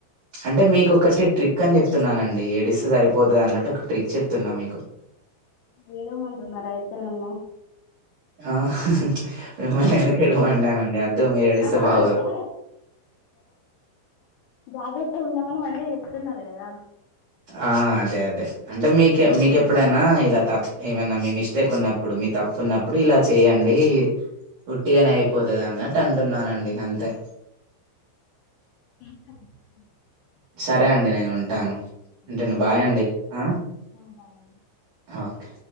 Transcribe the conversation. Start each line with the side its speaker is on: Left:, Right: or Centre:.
Right: అంటే మీకు ఒకటి ట్రిక్ అని చెప్తున్నానండి ఏడిస్తే సరిపోదు అన్నట్టు ఒక ట్రిక్ చెప్తున్నా మీకు
Left: ఏడువమంటున్నారయితే నన్న
Right: ఆ మిమ్మల్ని ఎందుకు ఏడవమంటా నండి వద్దు మీరు ఏడిస్తే
Left: ఆహా
Right: బాగోదు
Left: అంటే జాగ్రత్త గ ఉండమని మంచిగ చెప్ చెప్తున్నారుకదా
Right: ఆ అదే అదే అంటే మీక మీకెప్పుడైనా ఇలా తప్పు ఏమన్నా మీ మిస్టేక్ ఉన్నప్పుడు మీ తప్పు ఉన్నప్పుడు ఇలా చెయండి ఉట్టిగానే అయిపోతది అన్నట్టు అంటున్నానండి. అంతే
Left: సే <unintelligible>
Right: సరే అండి నేను ఉంటాను ఉంటాను
Left: సరే
Right: బాయండి
Left: అండి
Right: ఆ
Left: ఆ బాయ్
Right: ఓకే